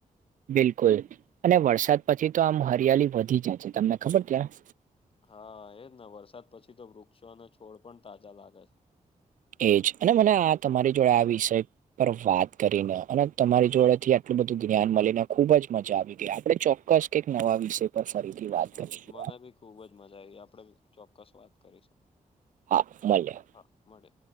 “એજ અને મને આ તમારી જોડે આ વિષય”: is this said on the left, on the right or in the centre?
Right